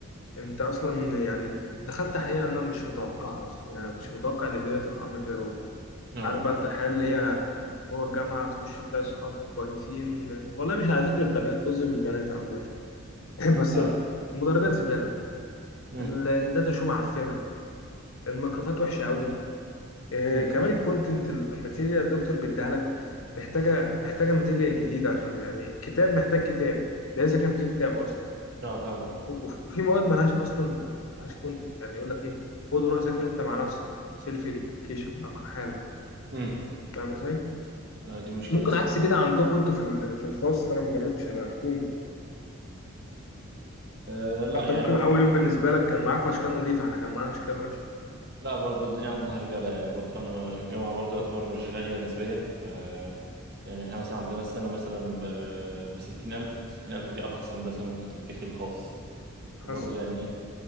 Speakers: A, on the left (about 80°); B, on the right (about 50°).
A: أنت أصلا يعني دخلت حقيقة أنا مش متوقعها أصلا يعني ما كنتش متوقع إن الدنيا تبقى عاملة كده جوه
B: <laughs> أه
A: عارف بقى انت الحياة اللي هي جوه الجامعة تخش تلاقي صحاب كويسين والله مش على ذكر البنات طز في البنات عامة <laughs> بس
B: أه
A: المدرجات زبالة
B: أمم
A: الداتا شو معفنة الميكروفات وحشة قوي آه
B: أمم
A: كمان الكونتنت الماتيريال الدكتور بيديها لك محتاجة محتاجة ماتيريال جديدة عشان يعني كتاب محتاج كتاب ده إذا كان في كتاب أصلا
B: أه فاهم
A: وف- وفي مواد ملهاش أصلا ملهاش كونتنت يعني يقول لك إيه خد وروح ذاكر أنت مع نفسك سيلف إديوكيشن بقى مع حالك
B: أمم
A: فاهم إزاي؟
B: آه، دي مشكلة
A: ممكن
B: الصراحة
A: عكس كده عندكم انتوا في ال- في الخاص فانا ما جربتش انا حكومي
B: أه لا
A: فانت
B: يعني
A: ممكن
B: برضو
A: اول
B: عندنا
A: يوم بالنسبه
B: برضو الدنيا
A: لك كان معاكم اشكال نظيفه احنا كان معانا اشكال وحشه
B: لا برضو الدنيا عندنا هرجلة يعني برضو أنا الجامعة برضو يعتبر مش غالية نسبيا ف يعني احنا مثلا عندنا السنة مثلا ب بستين ألف ستين ألف دي أرخص هندسة ممكن تدخل خاص
A: حصل
B: برضو يعني إيه